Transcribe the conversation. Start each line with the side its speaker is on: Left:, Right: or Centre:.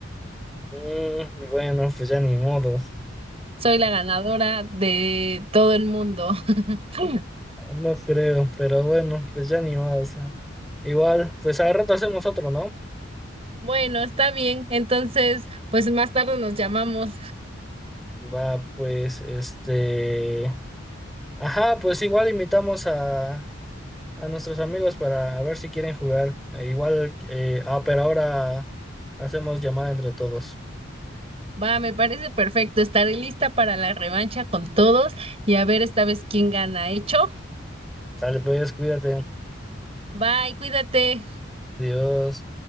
Centre: Mm, bueno, pues ya ni modos.
Right: Soy la ganadora de todo el mundo. <laughs>
Centre: No creo, pero bueno, pues ya ni modos. Igual, pues al rato hacemos otro, ¿no?
Right: Bueno, está bien. Entonces, pues más tarde nos llamamos.
Centre: Va, pues, este... Ajá, pues igual invitamos a, a nuestros amigos para ver si quieren jugar. Eh, igual, eh, ah, pero ahora hacemos llamada entre todos.
Right: Va, me parece perfecto. Estaré lista para la revancha con todos y a ver esta vez quién gana. ¿Hecho?
Centre: Sale, pues, cuídate.
Right: Bye, cuídate.
Centre: Dios.